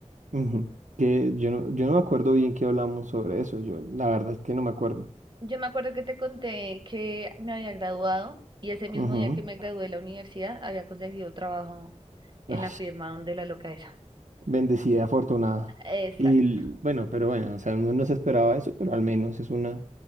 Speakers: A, on the right; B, on the right.
A: Ujú. Que yo no, yo no me acuerdo bien qué hablamos sobre eso, yo la verdad es que no me acuerdo.
B: Yo me acuerdo que te conté que me había graduado y ese mismo
A: Ujú.
B: día que me gradué de la universidad había conseguido trabajo en
A: Ay,
B: la firma donde la loca esa.
A: bendecida, afortunada.
B: Exacto.
A: Y l- bueno, pero bueno, o sea, uno no se esperaba eso, pero al menos es una,